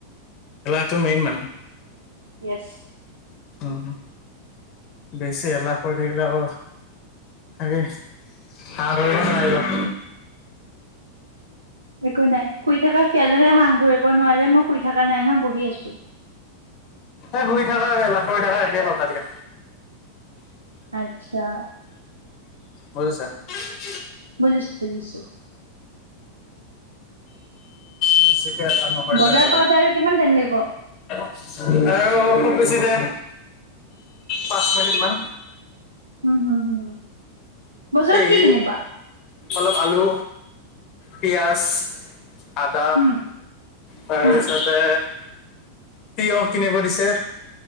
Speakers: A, on the left; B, on the right.
A: এইটো মেইন মানে।
B: ইয়েছ।
A: উ বেছি এলাহ কৰি থাকিলে আকৌ হেৰি, হাঁহ ধৰিব নোৱাৰিবা।
B: একো নাই, শুই থকা খিয়ালহে হাঁহ ধৰিব নোৱাৰে, মই শুই থকা নাই নহ বহি আছো।
A: এ শুই থাকা আৰু এলাহ কৰি থাকা একে কথা দিয়া।
B: আচ্ছা।
A: বুজিছা <inaudible>
B: বুজিছো বুজিছো।
A: বেছিকে এলাও নকৰে
B: বজাৰ
A: যে সেইটো কাৰণে।
B: পাওঁতে আৰু কিমান টাইম লাগিব?
A: আৰু খুব বেছি দে পাঁচ মিনিট মান।
B: উম হম হম। বজাৰত
A: এই
B: কি কিনিবা?
A: অলপ আলু, পিয়াজ আদা,
B: হম
A: তাৰপিছতে
B: হম
A: তিয়হ কিনিব দিছে।